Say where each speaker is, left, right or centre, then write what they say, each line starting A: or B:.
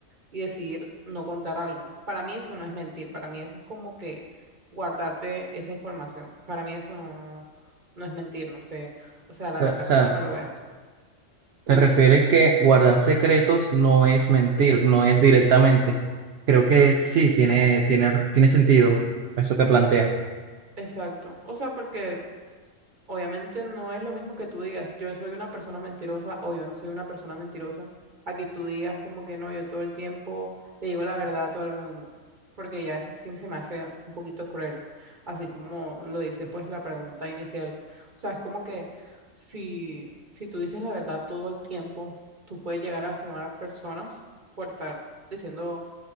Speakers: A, on the right; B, on the right.
A: y decidir no contar algo. Para mí eso no es mentir, para mí eso es como que guardarte esa información. Para mí eso no, no es mentir, no sé. O sea, la
B: O
A: verdad,
B: sea, o sea,
A: ¿cómo lo veas tú?
B: te refieres que guardar secretos no es mentir, no es directamente. Creo que sí, tiene,
A: Exacto.
B: tiene, tiene sentido eso que plantea.
A: Exacto. O sea, porque Obviamente no es lo mismo que tú digas, yo soy una persona mentirosa o yo no soy una persona mentirosa, a que tú digas como que no, yo todo el tiempo le digo la verdad a todo el mundo, porque ya eso sí se me hace un poquito cruel, así como lo dice pues la pregunta inicial. O sea, es como que si, si tú dices la verdad todo el tiempo, tú puedes llegar a lastimar a personas por estar diciendo